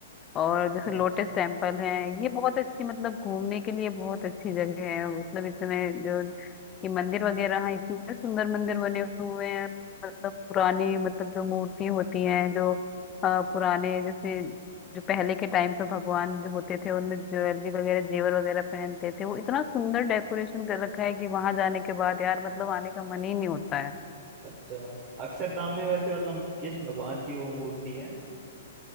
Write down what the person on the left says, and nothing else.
और
जैसे लोटस टेम्पल है ये बहुत अच्छी मतलब घूमने के लिए बहुत अच्छी जगह है मतलब इतने जो ये मंदिर वगैरह हैं इतने सुंदर मंदिर बने हुए हैं मतलब पुरानी मतलब जो मूर्ति होती हैं जो अ, पुराने जैसे जो पहले के टाइम पे भगवान जो होते थे उनमें ज्वेलरी वगैरह जेवर वगैरह पहनते थे वो इतना सुंदर डेकोरेशन कर रखा है कि वहां जाने के बाद यार मतलब आने का मन ही नहीं होता है